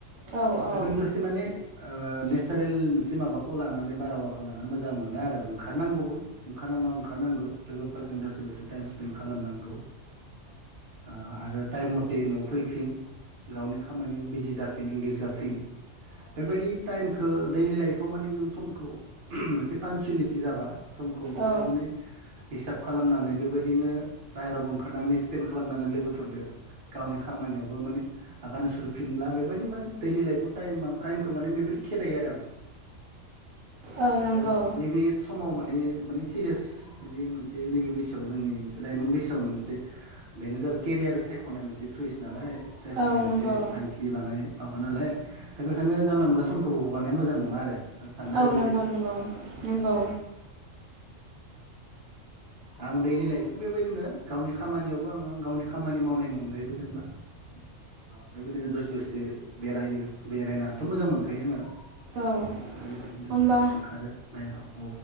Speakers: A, on the right (about 85°); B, on the right (about 45°).
A: औ औ
B: बेफोरनो दसे माने ओ नेचारेल मोनसे माबाखौ लानानै बारहावाखौ लाना मोजां मोनो आरो ओंखारनांगौबो। ओंखारना नङा ओंखारनांगौ लोगोफोरजों दसे दसे टाइम स्पेन्ड खालामनांगौ ओ आरो टाइम म थे न'आव फैफिन। गावनि खामानियाव बिजि जा इनिंगिज जाफिन। बेबायदि टाइमखौ दैलि लाइफआव माने जों समखौ मोनसे पानसुयेलिटि जाबा समखौ बरिया
A: औ
B: माने हिसाब खालामनानै बेबायदिनो बाहेरावबो ओंखारनानै स्पेन्ड खालामनानै लोगोफोरदो गावनि खामानियावबो माने आगान सुरफिनब्ला बे बायदि माने दैइलि लाइफआव टाइमा क्राइमखौ माने बेबायदि खेदायो आरो आं
A: औ नंगौ
B: आरो नैबे समाव माने माने सिरियास बिनि मोनसे नैबे बैसोआव जोंनि मोनसे लाइमोन बैसोआवनो मोनसे बेनो जाबाय केरियार सायख'नाय मोनसे सुइस नालाय। सायख'नाय
A: औ
B: मोनसे
A: नंगौ
B: थांखि लानाय माबा नालाय दा बेखायनो जानला मोनला समखौ हगारनाया मोजां नङा आरो। आं सानो आरो
A: औ
B: बेबायदि
A: नंगौ नंगौ नंगौ
B: दा आं दैलि लाइफआव बेबायदिनो गावनि खामानियावबो आङो गावनि खामानि मावनायनि अनगायैबो जेनेबा औ बेबायदिनो दसे दसे बेरायो बेरायनाथ' मोजां मोनखायो आङो
A: औ
B: बेबायदि दसे दसे
A: होमबा
B: ओंखारो बाहेरायाव औ